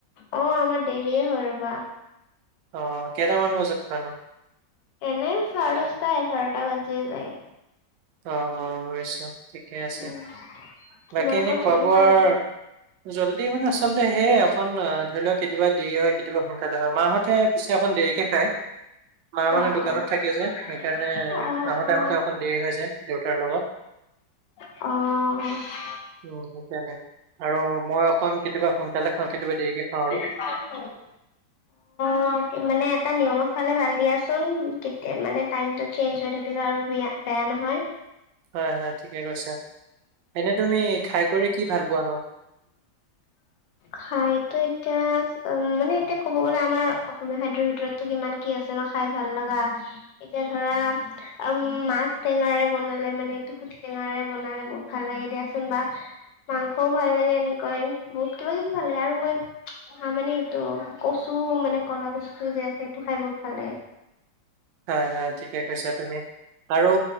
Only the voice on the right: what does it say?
অ কেইটামান বজাত খুৱা নো?
অঁ অঁ বুজিছোঁ ঠিকে আছে
বাকী
এনেই খোৱা
বোৱাৰ,
জল্দি মানে আচলতে সেয়ে এখন অ ধৰি লওক কেতিয়াবা, দেৰি হয় কেতিয়াবা সোনকালে হয় মাহঁতে পিছে অকন দেৰিকে খায়, মা মানে
দোকানত থাকে যে, সেইকাৰণে আহোতে
আহোতে অকণ দেৰি হৈ যায়, দেউতাৰ লগত।
উ, সেইকাৰনে আৰু মই অকণ কেতিয়াবা সোনকালে খাওঁ, কেতিয়াবা দেৰিকে খাওঁ আৰু।
হয় হয় ঠিকে কৈছা। এনে তুমি খাই কৰি কি ভাল পোৱা নো?
হয় হয় ঠিকে কৈছা তুমি। আৰু